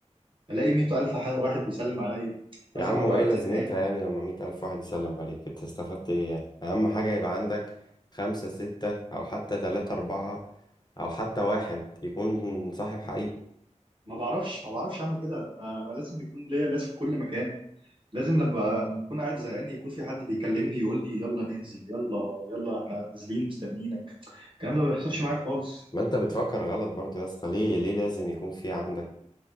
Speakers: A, on the right (about 40°); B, on the left (about 35°).
A: الاقي 100000 ح- واحد بيسلم عليا عايز
B: يا عم
A: ما بقعد
B: وايه لازمتها
A: زهقان
B: يعني لما مية الف واحد يسلم عليك انت استفدت ايه يعني اهم حاجة يبقى عندك خمسة ستة او حتى تلاتة اربعة او حتى واحد يكون صاحب حقيقي
A: ما بعرفش ما بعرفش اعمل كده انا انا لازم يكون ليا ناس في كل مكان لازم لما اكون قاعد زهقان يكون في حد بيكلمني يقول لي يلا ننزل يلا يلا احنا نازلين مستنيينك الكلام ده ما بيحصلش معايا خالص
B: ما انت بتفكر غلط برضو يا اسطى ليه ليه لازم يكون في عندك